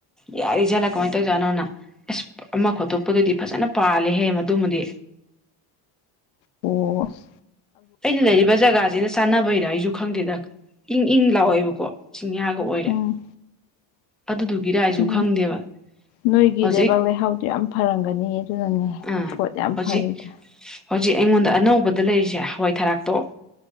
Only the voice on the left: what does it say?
ꯄꯁ
ꯎꯝ
ꯎꯝ
ꯅꯣꯏꯒꯤ
ꯂꯩꯕꯥꯛ ꯂꯩꯍꯥꯎꯗꯨꯣ ꯌꯥꯝ ꯐꯔꯝꯒꯅꯤ ꯑꯗꯨꯅꯅꯦ
ꯄꯣꯠ ꯌꯥꯝ
ꯐꯔꯦꯗ